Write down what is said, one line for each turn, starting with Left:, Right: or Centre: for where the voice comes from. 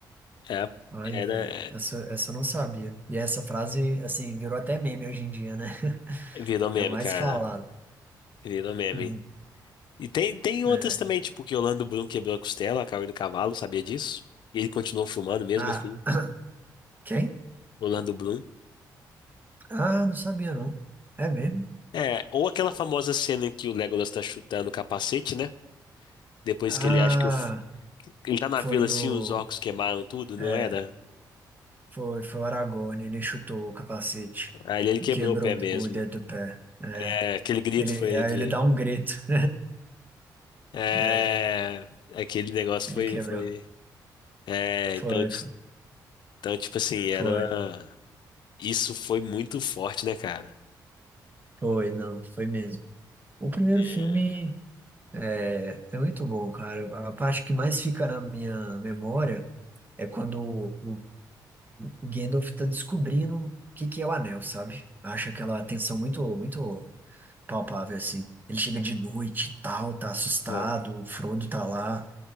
Left: É,
Right: Olha,
Left: era,
Right: velho, essa, essa eu não sabia. E essa frase, assim, virou até meme hoje em dia, né? <laughs>
Left: virou meme,
Right: É mais
Left: cara.
Right: falado.
Left: Virou meme.
Right: Uhum.
Left: E tem, tem outras
Right: É.
Left: também, tipo que o Orlando Bloom quebrou a costela, caiu do cavalo, sabia disso? E ele continuou filmando mesmo
Right: Ah,
Left: assim,
Right: <clears throat> quem?
Left: o Orlando Bloom.
Right: Ah, não sabia não. É mesmo?
Left: É, ou aquela famosa cena em que o Legolas tá chutando o capacete, né? Depois
Right: Ah,
Left: que ele acha que o, f- ele tá na
Right: foi
Left: vila assim,
Right: o.
Left: os orcos queimaram tudo,
Right: É,
Left: não era?
Right: foi, foi o Aragorn, ele chutou o capacete
Left: Aí ele
Right: e
Left: quebrou
Right: quebrou
Left: o pé mesmo.
Right: o dedo do pé. É,
Left: É, aquele grito
Right: ele,
Left: foi
Right: é,
Left: de.
Right: ele dá um grito. <laughs>
Left: É,
Right: É,
Left: aquele negócio
Right: ele
Left: foi,
Right: quebrou.
Left: foi. É,
Right: Foi,
Left: então, ti-
Right: foi,
Left: então, tipo assim, era.
Right: foi,
Left: Isso foi muito forte, né, cara?
Right: foi, não, foi mesmo. O primeiro
Left: É.
Right: filme é, é muito bom, cara. A parte que mais fica na minha memória é quando O Gandalf tá descobrindo o que que é o anel, sabe? Acha aquela tensão muito, muito palpável, assim. Ele chega de noite e tal, tá assustado,
Left: Ah.
Right: o Frodo tá lá.